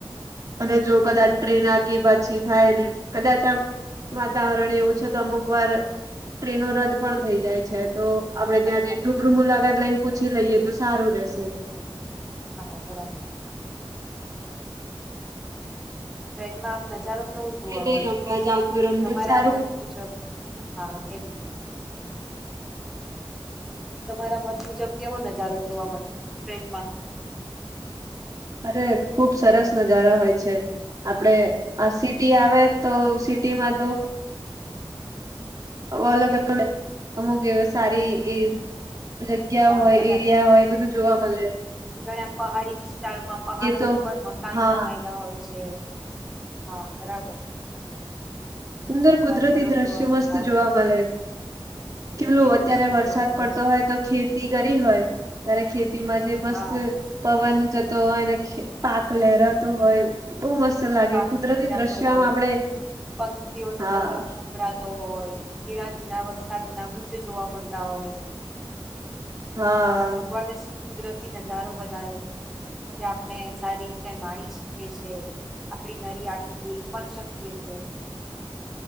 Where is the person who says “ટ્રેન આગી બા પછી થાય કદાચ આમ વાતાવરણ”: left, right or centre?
Right